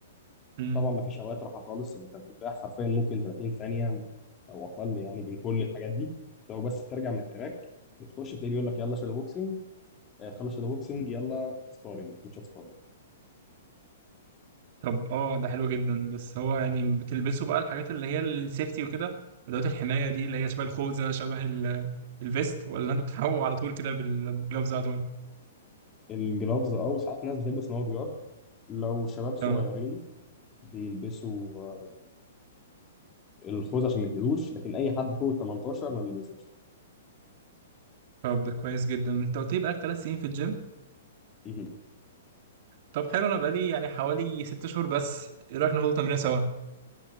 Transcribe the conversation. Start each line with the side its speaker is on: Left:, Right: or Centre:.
Right: امم
Left: طبعا ما فيش اوقات راحه خالص يعني انت بتريح حرفيا ممكن 30 ثانيه او اقل يعني بين كل الحاجات دي لو بس بترجع من التراك بتخش تلاقيه بيقول لك يلا شادو بوكسنج آه خلص شادو بوكسنج يلا سبارنج ماتشات سبارنج
Right: طب اه ده حلو جدا بس هو يعني بتلبسوا بقى الحاجات اللي هي السيفتي وكده ادوات الحماية دي اللي هي شبه الخوذة شبه ال- الفيست ولا انتوا بتلعبوا على طول كده بال- بالجلوفز على طول؟
Left: فالجلافز اه وساعات ناس بتلبس نوت جارد لو شباب صغيرين
Right: اه
Left: بيلبسوا آه، الخوذه عشان ما يتاذوش لكن اي حد فوق ال 18 ما بيلبسهاش
Right: طب ده كويس جدا انت قلت لي بقالك ثلاث سنين في الجيم
Left: مهم.
Right: طب حلو انا بقالي يعني حوالي ست شهور بس ايه رايك ناخد تمرين سوا؟